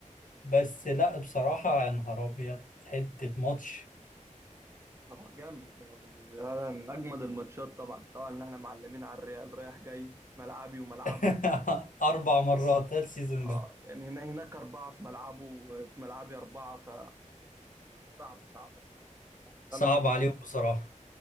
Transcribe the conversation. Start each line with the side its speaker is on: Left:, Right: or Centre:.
Left: بس لا بصراحه يا نهار ابيض حته ماتش
Right: هو جامد هو بالنسبه لي من اجمد الماتشات طبعا طبعا ان احنا معلمين على الريال رايح جاي ملعبي وملعبه
Left: <laughs> اربع مرات هذا السيزون
Right: اه
Left: ده
Right: يعني هنا هناك أربعة في ملعبه وفي ملعبي أربعة ف صعب صعب صعب صعب تمن
Left: صعب
Right: تجوان
Left: عليهم بصراحه